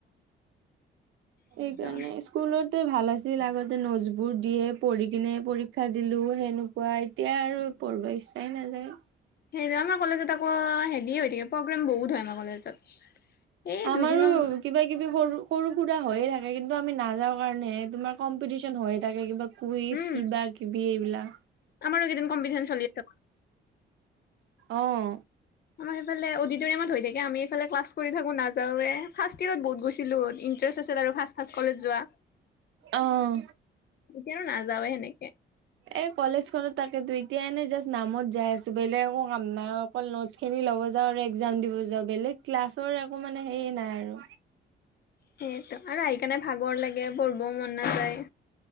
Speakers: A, on the left; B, on the right.
A: সেইটো
B: এইকাৰণে স্কুলত তো ভাল আছিল আগতে নোটছ বোৰ দিয়ে পঢ়ি কিনে পৰীক্ষা দিলো সেনুকা এতিয়া আৰু পঢ়বা ইচ্ছাই নাযায়
A: সেইটো আমাৰ কলেজত আকৌ হেৰি হৈ থাকে প্ৰগ্ৰেম বহুত হয় আমাৰ কলেজত এই
B: আমাৰো
A: দুইদিনৰ
B: কিবা কিবি সৰু সৰু সুৰা হৈয়ে থাকে কিন্তু আমি নাযাও কাৰণেহে তোমাৰ কমপিটিচন হৈয়ে থাকে কিবা কুইজ
A: উম
B: কিবা কিবি এইবিলাক
A: আমাৰো একেইদিন কমপিটিচন চলি আছে
B: অহ
A: আমাৰ সেইফাল অডিটিৰিয়ামত হৈ থাকে আমি এইফালে ক্লাছ কৰি থাকো নাযাওৱে ফাৰ্ষ্ট ইয়েৰত বহুত গৈছিলো ইন ইনটিৰেচ আছিল আৰু ফাচ্ ফাচ্ কলেজ যোৱা
B: অহ
A: এতিয়া আৰু নাযাৱওে সেনেকে
B: এ কলেজখনত তাক এতিয়া এনেই জাষ্ট নামত যাই আছো বেলেগ একো কাম নাই অকল নোটছ খিনি ল'ব যাওঁ আৰু এক্জাম দিব যাওঁ বেলেগ ক্লাছৰ একো মানে হেইয় নাই আৰু
A: সেইটো আৰু আহি কাৰণে ভাগৰ লাগে, পঢ়বও মন নাযায়।